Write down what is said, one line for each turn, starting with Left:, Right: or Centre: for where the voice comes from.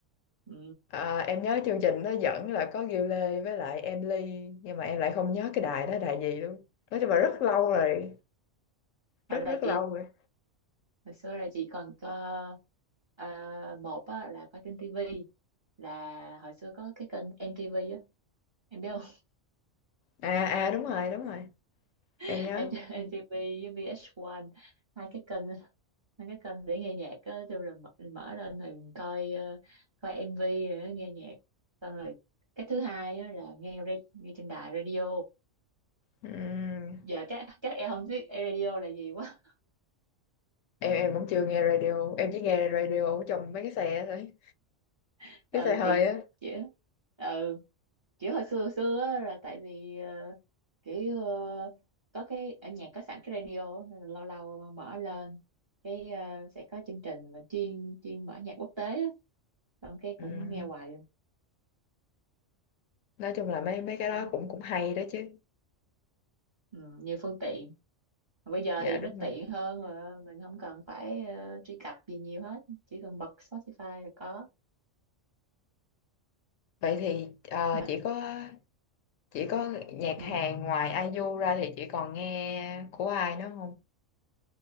Right: Ừ.
Left: à, em nhớ chương trình nó dẫn là có Gil Lê với lại Em Ly nhưng mà em lại không nhớ cái đài đó đài gì luôn nói chung là rất lâu rồi rất
Right: Hồi đó
Left: rất
Right: chị
Left: lâu rồi
Right: hồi xưa là chị còn có ờ, một á, là có trên tivi là hồi xưa có cái kênh MTV á em biết không
Left: à à đúng rồi đúng rồi
Right: <laughs>
Left: em nhớ
Right: em MTV với VH1 hai cái kênh hai cái kênh để nghe nhạc á kêu là mở, mở lên rồi coi ờ, coi MV rồi á, nghe nhạc xong rồi cái thứ hai á là nghe ra- nghe trên đài radio
Left: Ừm,
Right: giờ chắc chắc em không biết radio là gì quá
Left: em em cũng chưa nghe radio em chỉ nghe radio ở trong mấy cái xe thôi
Right: <laughs> ừ
Left: cái xe hơi
Right: thì
Left: á
Right: chỉ ừ kiểu hồi xưa hồi xưa á, là tại vì ờ, kiểu ờ, có cái ở nhà có sẵn cái radio á, nên là lâu lâu mà mở lên cái ờ, sẽ có chương trình mà chuyên chuyên mở nhạc quốc tế á. xong cái
Left: Ừm,
Right: cũng nghe hoài luôn
Left: nói chung là mấy mấy cái
Right: đó
Left: đó cũng cũng hay đó chứ
Right: ừ, như phương tiện Mà bây giờ
Left: dạ
Right: thì nó
Left: đúng rồi
Right: tiện hơn mà mình không cần phải ờ, truy cập gì nhiều hết chỉ cần bật Spotify là có
Left: vậy thì ờ,
Right: mà
Left: chỉ có chỉ có nhạc
Right: ừ.
Left: Hàn ngoài ai IU ra thì chị còn nghe của ai nữa không